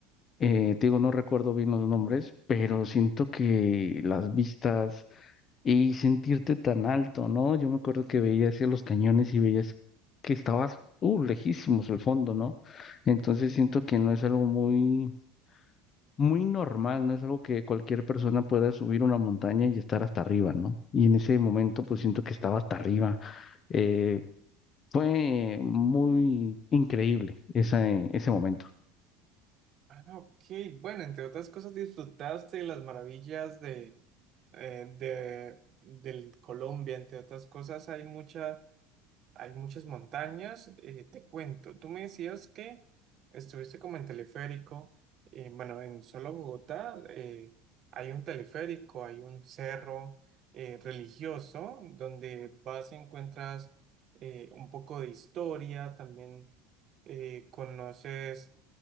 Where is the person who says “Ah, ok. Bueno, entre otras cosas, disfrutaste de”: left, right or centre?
Right